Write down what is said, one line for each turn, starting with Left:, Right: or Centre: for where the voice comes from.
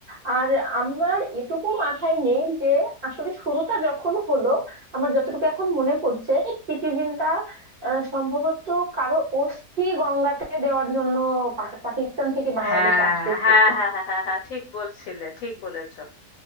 Right: আর আমার এটুকু মাথায় নেই যে আসলে শুরুটা যখন হলো আমার যতটুকু এখন মনে পড়ছে প্রিতিজিন্তা আহ, সম্ভবত কারো অস্থি গঙ্গাতে দেওয়ার জন্য পা- পাকিস্তান থেকে বাংলাদেশে
Left: হ্যাঁ
Right: আসতে চেয়েছে
Left: হ্যাঁ হ্যাঁ হ্যাঁ হ্যাঁ হ্যাঁ ঠিক বলছিলে ঠিক বলেছো